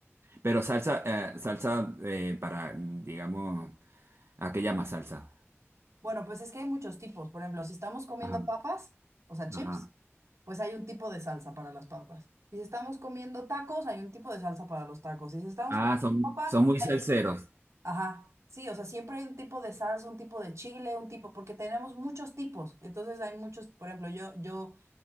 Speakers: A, on the right (about 60°); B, on the right (about 80°).
A: Pero salsa, eh, salsa eh, para, digamos, ¿a qué llama salsa?
B: Bueno, pues es que hay muchos tipos. Por ejemplo, si estamos comiendo
A: Ajá,
B: papas, o sea, chips,
A: ajá.
B: pues hay un tipo de salsa para las papas. Y si estamos comiendo tacos, hay un tipo de salsa para los tacos. Y si estamos
A: Ah,
B: comiendo
A: son,
B: papa,
A: son muy
B: hay...
A: salseros.
B: Ajá, sí, o sea, siempre hay un tipo de salsa, un tipo de chile, un tipo, porque tenemos muchos tipos. Entonces hay muchos, por ejemplo, yo, yo